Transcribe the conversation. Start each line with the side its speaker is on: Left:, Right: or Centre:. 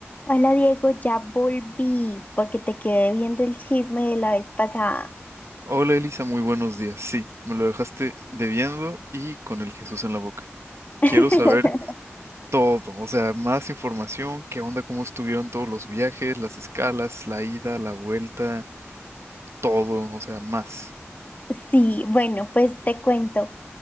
Left: Hola Diego, ya volví porque te quedé viendo el chisme de la vez pasada.
Right: Hola Elisa, muy buenos días. Sí, me lo dejaste debiendo y con el Jesús en la boca.
Left: <laughs>
Right: Quiero saber todo, o sea, más información, qué onda, cómo estuvieron todos los viajes, las escalas, la ida, la vuelta, todo, o sea, más.
Left: Sí, bueno, pues te cuento.